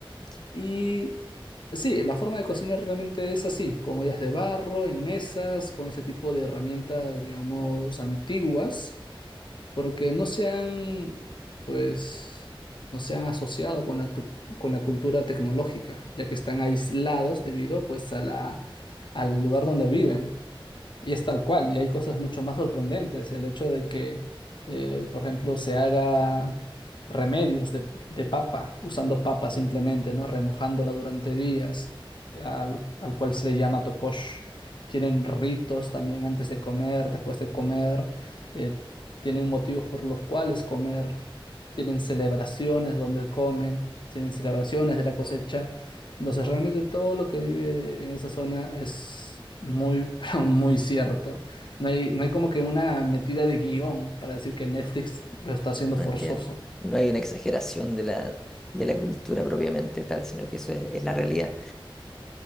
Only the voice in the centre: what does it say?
sí,
no
entiendo. No hay una exageración de la, de la cultura propiamente tal, sino que eso es, es la realidad.